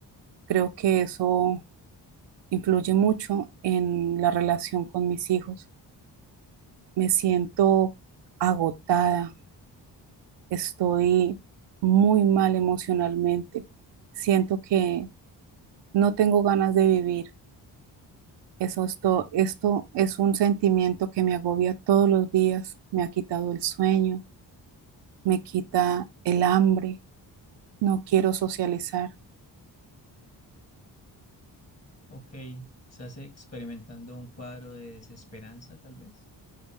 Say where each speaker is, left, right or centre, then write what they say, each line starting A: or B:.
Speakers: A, on the right (about 65°); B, on the left (about 35°).
A: Creo que eso influye mucho en la relación con mis hijos. Me siento agotada, estoy muy mal emocionalmente. Siento que No tengo ganas de vivir. Eso es to- Esto es un sentimiento que me agobia todos los días. Me ha quitado el sueño, me quita el hambre. No quiero socializar.
B: Ok, ¿estás experimentando un cuadro de desesperanza, tal vez?